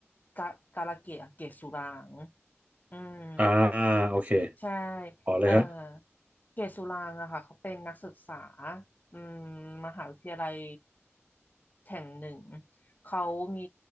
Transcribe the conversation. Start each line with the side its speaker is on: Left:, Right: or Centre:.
Left: กากาลเกะเกศสุรางค์อืม
Right: อ่าโอเค
Left: ใช่
Right: อ๋อเลยฮะ
Left: เอ่อเกศสุรางค์อะค่ะเขาเป็นนักศึกษาอืมมหาวิทยาลัยแห่งหนึ่งเขามี